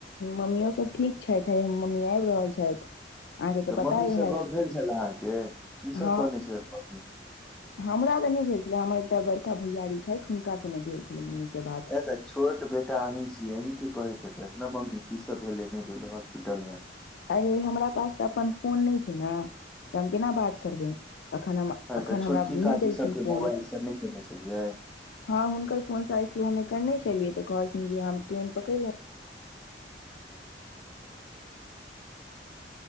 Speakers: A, on the left; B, in the centre.
A: मम्मियो सब ठीक छथि हे मम्मी आबि रहल छथि अहाँके
B: तऽ
A: पता
B: मम्मी से
A: हैत
B: गप्प भेल छल अहाँ के की सब
A: हँ
B: कहने छलथि मम्मी
A: हमरा तऽ नहि भेल छलै हमर एकटा बड़का भैयाररी छथि हुनकाँ नहि भेल छलै मम्मी से बात
B: ए तऽ छोट बेटा अहीं छियै अहीं के कहैत हेतत ने मम्मी की सब भेलै नहि भेले हॉस्पिटल में
A: अरे हमरा पास त अपन फोन ने छै ने त हम केना बात करबै एखन हम
B: अरे
A: एखन
B: तऽ छोटकी
A: हमरा नहि
B: काकी
A: देलखिन
B: सबके
A: फोन
B: मोबाइल से नहि केने छलियै?
A: हाँ हुनकर फोन सा आय सबह मे करने छलियै तऽ कहलखिन जे हम ट्रेन पकड़े